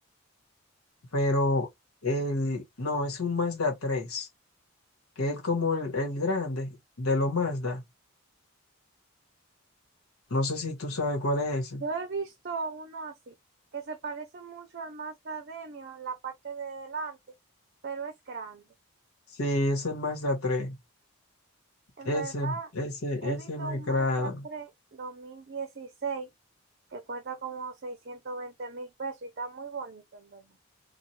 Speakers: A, on the left (about 90°); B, on the right (about 45°).
A: pero el, no, es un Mazda tres, que es como el, el grande de los Mazda. No sé si tú sabes cuál es ese.
B: Yo he visto uno así, que se parece mucho al Mazda Demio en la parte de delante, pero es grande.
A: Sí, es el Mazda tres,
B: En
A: Ese,
B: verdad,
A: ese,
B: he
A: ese
B: visto
A: me
B: un
A: agrada.
B: Mazda tres dos mil dieciséis que cuesta como seiscientos veinte mil pesos y está muy bonito, en verdad.